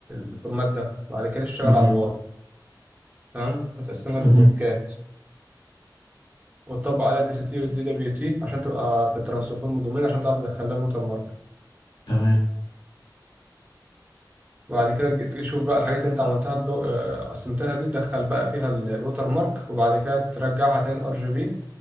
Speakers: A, on the right (about 20°); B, on the left (about 75°).
A: للفورمات ده وبعد كده تشتغل
B: مهم.
A: على الواي تمام وتقسمها
B: مهم.
A: لبلوكات وتطبق عليها دي سي تي والدي دبليو تي عشان تبقى في الترانسفورم دومين عشان تعرف تدخلها الوتر مارك
B: تمام
A: بعد كده جيت تشوف بقى الحاجات اللي انت عملتها بلو... آه، قسمتها دي تدخل بقى فيها ال- الوتر مارك وبعد كده ترجعها تاني الار جي بي